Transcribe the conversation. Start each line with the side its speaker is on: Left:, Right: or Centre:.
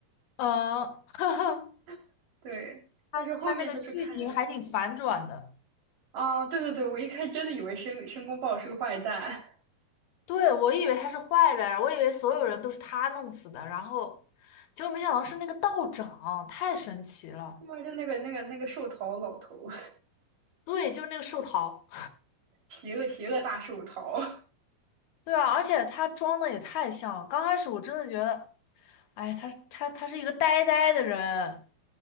Left: 嗯，<laughs> 哈哈，
Right: <laughs> 对，但是后面就是看
Left: 它它那个剧情还挺反转的，
Right: 啊，对对对，我一开始真的以为申申公豹是个坏蛋，
Left: 对，我以为他是坏的，我以为所有人都是他弄死的，然后结果没想到是那个道长，太神奇了。
Right: <laughs> 他妈就那个那个那个寿桃老头，
Left: 对，就是那个寿桃。
Right: <laughs> 邪恶邪恶大寿桃。
Left: 对啊，而且他装的也太像了。刚开始我真的觉得，哎，他他他是一个呆呆的人，